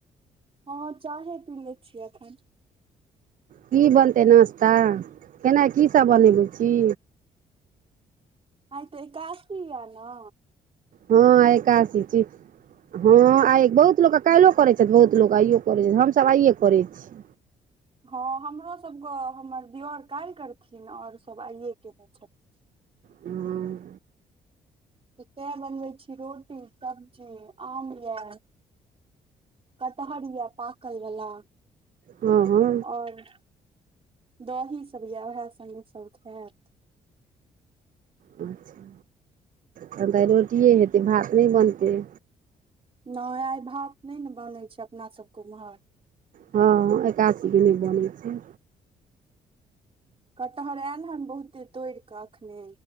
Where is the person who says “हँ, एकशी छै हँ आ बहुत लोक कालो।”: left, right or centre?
Right